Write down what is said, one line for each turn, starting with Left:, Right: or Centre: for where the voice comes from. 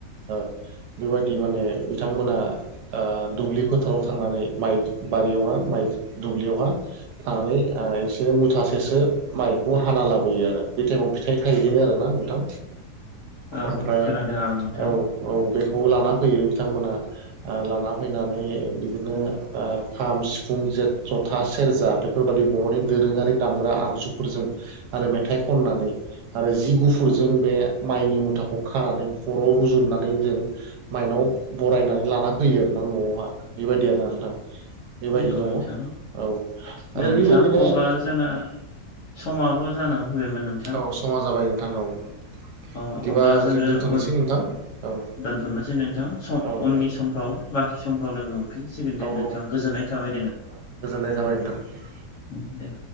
Right: ओ बेबायदि माने बिथांमोना। ओ दुब्लि फोथाराव थांनानै माइ बारियावहा माइ दुब्लियावहा, थानानै ओ एसे मुथासेसो माइखौ हाना लाबोयो आरो बे टाइमाव, फिथाइ थायजेनो आरो ना नोंथां,
Left: ओं
Right: ओमफ्राय
Left: खोनादों आं नोंथां।
Right: औ औ बेखौबो लाना फैयो बिथांमोना। आ लाना फैनानै बिदिनो आ खाम सिफुं जेन जथा सेरजा बे फोर बादि बर'नि दोरोङारि दामग्रा आगजुफोरजों आरो मेथाइ खननानै आरो जि गुफुरजों बे माइनि मुथाखौ खानानै खर'आव रुजुननानै जों माइनाव बरायनानै लाना फैयो आरोना न'आवहा बेबायदि आरोना नोंथां। बेबायदि
Left: नंगौ
Right: दङ
Left: नोंथां
Right: औ आरो
Left: नोंथां
Right: बेबायदिनो
Left: अब्ला जोंना समाबो जाना फैबायमोन नों
Right: औ समा जाबाय नोंथां औ।
Left: औ
Right: बिदिबा
Left: अब्ला जोङो
Right: जों दोनथ'नोसै
Left: उद
Right: नोंथां औ
Left: दोनथ'नोसै नोंथां सम
Right: औ दे
Left: उननि समफ्राव बाखि समफ्राव लोगो मोनफिनसिगोन दे
Right: औ
Left: नोंथां गोजोननाय
Right: <inaudible>
Left: थाबाय
Right: गोजोननाय थाबाय नोंथां।
Left: उम दे।